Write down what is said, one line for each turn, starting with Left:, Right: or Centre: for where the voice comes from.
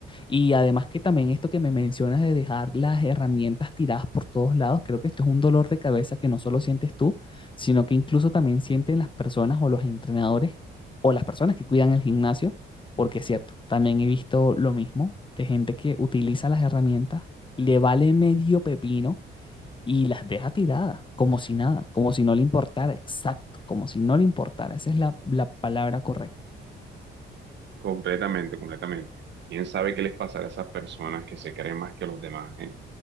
Left: Y además que también esto que me mencionas de dejar las herramientas tiradas por todos lados, creo que esto es un dolor de cabeza que no solo sientes tú, sino que incluso también sienten las personas o los entrenadores o las personas que cuidan el gimnasio, porque es cierto, también he visto lo mismo de gente que utiliza las herramientas, le vale medio pepino y las deja tiradas, como si nada, como si no le importara, exacto, como si no le importara, esa es la, la palabra correcta.
Right: Completamente, completamente. ¿Quién sabe qué les pasará a esas personas que se creen más que los demás, eh?